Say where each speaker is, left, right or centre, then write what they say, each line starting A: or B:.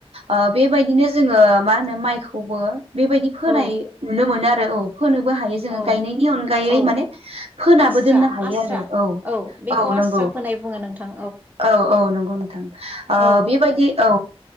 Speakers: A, on the right; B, on the right.
A: आ बेबायदिनो जोङो मा होनो माइखौबो बेबायदि फोनाय
B: औ
A: नुनो मोनो आरो औ फोनोबो हायो जोङो
B: औ
A: गायनायनि अनगायै
B: औ
A: माने फोनाबो
B: आस्रा
A: दोननो हायो
B: आस्रा
A: आरो औ
B: बेखौ
A: औ नंगौ
B: आस्रा फोनाय बुङो नोंथां
A: औ औ नंगौ नोंथां आ
B: औ
A: बेबायदि औ